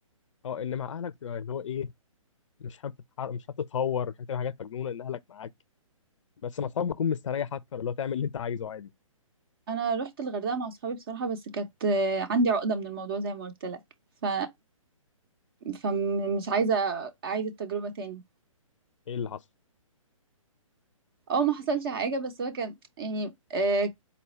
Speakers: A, on the left (about 60°); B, on the right (about 40°).
A: اه ان مع اهلك تبقى اللي هو ايه مش حابب تتحر- مش حابب تتهور مش حابب تعمل حاجات مجنونه الاهلك معاك بس مع اصحابك بتكون مستريح اكتر اللي هو تعمل اللي انت عايزه عادي
B: أنا رحت الغردقة مع أصحابي بصراحة بس كانت آه، عندي عقدة من الموضوع زي ما قلت لك ف... فمش عايزة أعيد التجربة تاني
A: ايه اللي حصل
B: أو ما حصلش حاجة بس هو كان يعني آه،